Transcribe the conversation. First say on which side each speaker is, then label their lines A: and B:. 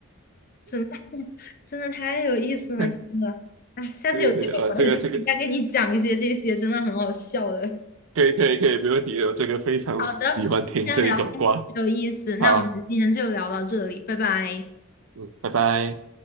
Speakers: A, on the left (about 40°); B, on the right (about 65°).
A: 真的 <laughs> 真的太有意思了，
B: <laughs>
A: 真的。哎，下次有机会我再再跟你讲一些这些真的很好笑的。
B: 对对，我这个这个可以可以可以，没问题，我这个非常喜欢听这一种瓜。
A: 好的，今天聊天有意思，那我们今天就聊到这里，
B: 好，
A: 拜拜。
B: 嗯，拜拜。